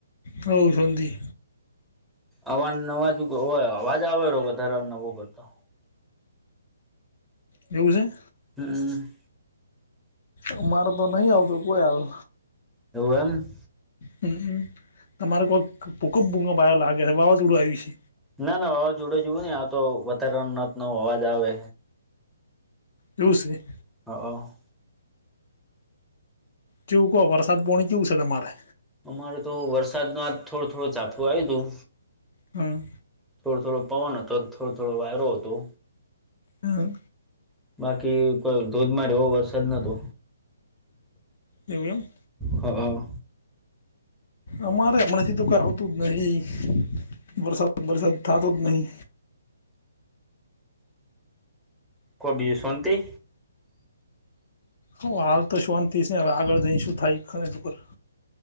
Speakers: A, on the left; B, in the centre.
A: હોવ શોંતી.
B: અવા નવાજ હોય અવાજ આવે વધારે નો પડતો.
A: એવું છે.
B: હમ.
A: અ મારે તો નહી આવતો કોઈ હાલ.
B: હોવે એમ.
A: હમ તમારે કોક ભૂકપ ભૂકપ આયો લાગે છે વાવાઝોડું આવ્યું છે.
B: ના ના અવાજ ઉડે જવું નહી આ તો વધારે નત નો અવાજ આવે.
A: એવું છે.
B: હહ.
A: કેવું કહો વરસાદ પોણી કેવું છે તમારે.
B: અમારે તો વરસાદ નું આ થોડો થોડું ઝાપટું આવ્યું હતું.
A: હમ.
B: થોડો થોડો પવન હતો થોડો થોડો વાયરો હતો.
A: હમ
B: બાકી કોઈ ધોધમાર એવો વરસાદ નોતો.
A: એવું એમ.
B: હ હ.
A: અમારે હમણાંથી તો કોઈ આવતું જ નહી વરસાદ બરસાદ થતો જ નહીં.
B: કો બીજું શોંતી.
A: હ હાલ તો શોંતી સે હવે આગળ જઈ શું થાય ખરી ખબર.